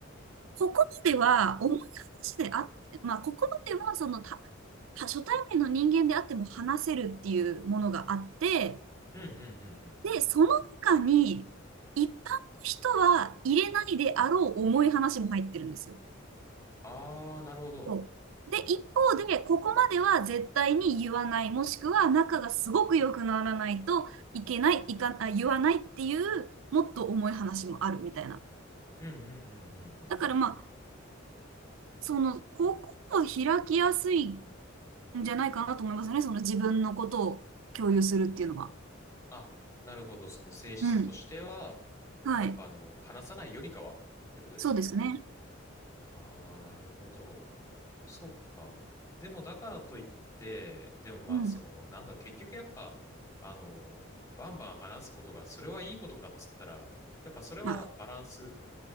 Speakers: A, on the right (about 75°); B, on the left (about 15°).
A: ここまでは重い話であって、まあ、ここまではそのた、初対面の人間であっても話せるっていうものがあって、
B: うんうんうんうん。
A: で、その中に一般の人は入れないであろう重い話も入ってるんですよ。
B: ああ、なるほど。
A: そうで、一方で、ここまでは絶対に言わない、もしくは仲がすごく良くならないといけない、いか、あ、言わないっていう、もっと重い話もあるみたいな。
B: うんうんうんうんうん。
A: だからまあ、その、ここを開きやすいんじゃないかなと思いますね。その自分のことを共有するっていうのは。
B: あ、なるほど。その性質としては、
A: うん。はい。
B: やっぱあの、話さないよりかはってことですよね。
A: そうですね。
B: ああ、なるほど。そっか。でもだからといって、でもまあ、
A: うん。
B: その、なんだろう、結局やっぱ、あの、バンバン話すことが、それはいいことかっつったら、やっぱそれはバランスっ
A: まあ、